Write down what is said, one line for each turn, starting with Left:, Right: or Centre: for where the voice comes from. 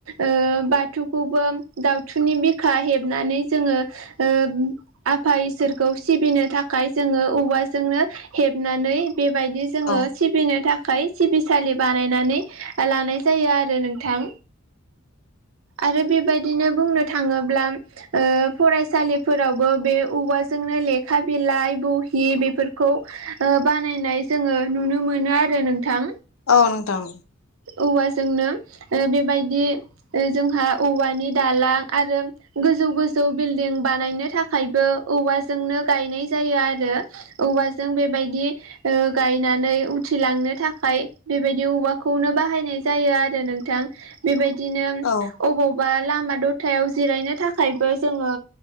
Right: ओ बाथौखौबो दउथुनि बिखा हेबनानै जोङो ओ आफा इसोरखौ सिबिनो थाखाय जोङो औवाजोंनो हेबनानै बेबायदि जोङो
Left: औ
Right: सिबिनो थाखाय सिबिसालि बानायनानै लानाय जायो आरो। थां आरो बेबायदिनो बुंनो थाङोब्ला ओ फरायसालिफोरावबो बे औवाजोंनो लेखा बिलाइ बहि बेफोरखौ बानायनाय जोङो नुनो मोनो आरो नोंथां।
Left: औ नोंथां
Right: औवाजोंनो बेबायदि जोंहा औवानि दालां आरो गोजौ गोजौ बिल्डिं बानायनो थाखायबो औवाजोंनो गायनाय जायो आरो। औवाजों बेबायदि गायनानै उथिलांनो थाखाय बेबायदि औवा खौनो बाहायनाय जायो आरो नोंथां। बेबायदिनो
Left: औ
Right: अबाव बा लामा दथायाव जिरायनो थाखायबो जोङो